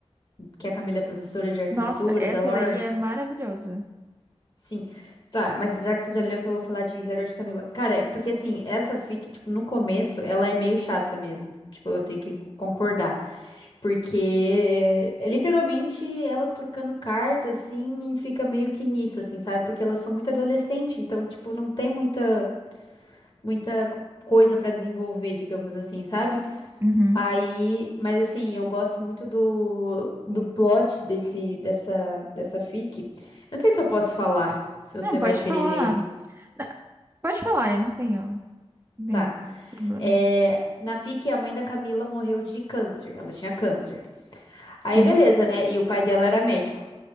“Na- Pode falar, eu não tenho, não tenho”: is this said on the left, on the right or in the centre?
Right